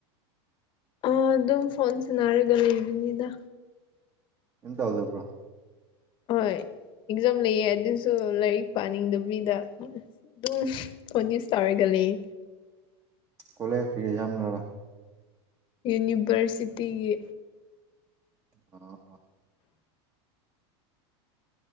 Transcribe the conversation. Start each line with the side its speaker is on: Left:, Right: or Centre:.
Left: ꯑ ꯑꯗꯨꯝ ꯐꯣꯟ ꯁꯟꯅꯔꯒ ꯂꯩꯕꯅꯤꯗ
Right: ꯀꯦꯝ ꯇꯥꯎꯗꯕ꯭ꯔꯣ
Left: ꯍꯣꯏ ꯑꯦꯛꯖꯥꯝ ꯂꯩꯌꯦ ꯑꯗꯨꯁꯨ ꯂꯥꯏꯔꯤꯛ ꯄꯥꯅꯤꯡꯗꯕꯤꯗ ꯑꯗꯨꯝ ꯐꯣꯟ꯭ꯌꯨꯁ ꯇꯧꯔꯒꯂ ꯑꯦ
Right: ꯀꯣꯂꯦꯖ ꯀꯔꯤ ꯑꯦꯖꯝ ꯂꯣꯏꯔꯕ
Left: ꯌꯨꯅꯤꯚꯔꯁꯤꯇꯤꯒꯤ
Right: ꯑ